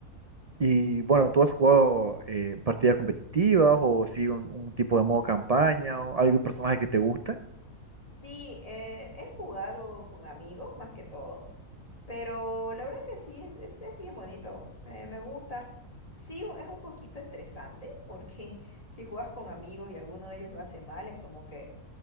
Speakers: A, on the right; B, on the left.
A: Y bueno, ¿tú has jugado eh, partidas competitivas o sí un, un tipo de modo campaña o algún personaje que te guste?
B: Sí, eh, he jugado con amigos más que todo, pero la verdad que sí, es, es- es bien bonito, me, me gusta. Sí, u- es un poquito estresante porque <laughs> si juegas con amigos y alguno de ellos lo hace mal, es como que